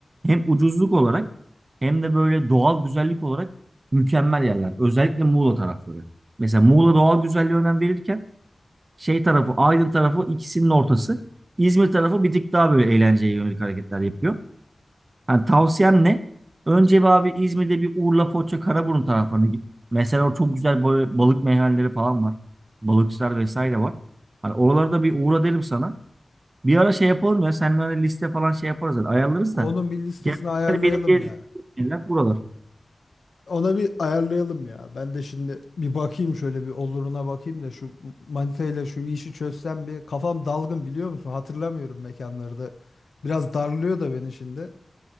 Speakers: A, on the right; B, on the left.
A: Hem ucuzluk olarak hem de böyle doğal güzellik olarak mükemmel yerler. Özellikle Muğla tarafları. Mesela Muğla doğal güzelliğe önem verirken şey tarafı, Aydın tarafı ikisinin ortası. İzmir tarafı bir tık daha böyle eğlenceye yönelik hareketler yapıyor. Yani tavsiyem ne? Önce bir abi İzmir'de bir Urla, Foça, Karaburun taraflarına git. Mesela orada çok güzel böyle balık meyhaneleri falan var. Balıkçılar vesaire var. Hani oralarda bir uğra derim sana. Bir ara şey yapalım ya. Seninle öyle liste falan şey yaparız. Yani Ayarlarız
B: Onun
A: da.
B: bir listesini
A: Genelde
B: ayarlayalım
A: benim gezdiğim
B: ya.
A: yerler buralar.
B: Ona bir ayarlayalım ya. Ben de şimdi bir bakayım şöyle bir oluruna bakayım da şu manita şu işi çözsem bir kafam dalgın biliyor musun? Hatırlamıyorum mekanları da. Biraz darlıyor da beni şimdi.